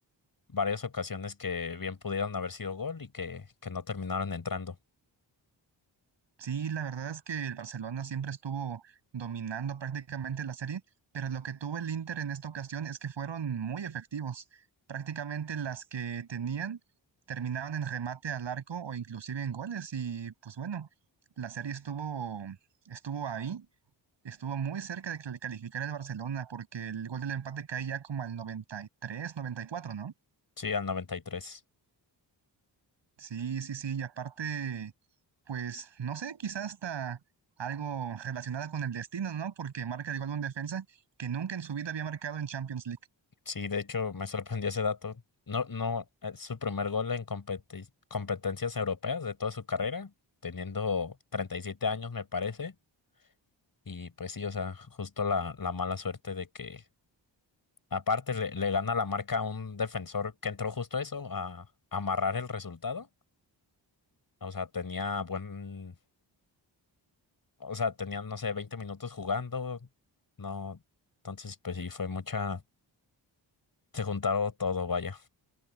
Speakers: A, on the left; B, on the right.
A: varias ocasiones que bien pudieron haber sido gol y que, que no terminaron entrando.
B: Sí, la verdad es que el Barcelona siempre estuvo dominando prácticamente la serie, pero lo que tuvo el Inter en esta ocasión es que fueron muy efectivos. Prácticamente las que tenían terminaban en remate al arco o inclusive en goles y pues bueno, la serie estuvo estuvo ahí Estuvo muy cerca de que le calificara el Barcelona porque el gol del empate cae ya como al 93, 94, ¿no?
A: Sí, al noventa y tres
B: Sí, sí, sí, y aparte, pues no sé, quizás hasta algo relacionado con el destino, ¿no? Porque marca igual un defensa que nunca en su vida había marcado en Champions League.
A: Sí, de hecho me sorprendió ese dato. No, no, eh, su primer gol en competi- competencias europeas de toda su carrera, teniendo 37 años me parece. Y pues sí, o sea, justo la, la mala suerte de que aparte le, le gana la marca a un defensor que entró justo eso, a amarrar el resultado. O sea, tenía buen, o sea, tenían, no sé, 20 minutos jugando. No, entonces pues sí, fue mucha, se juntaron todo, vaya.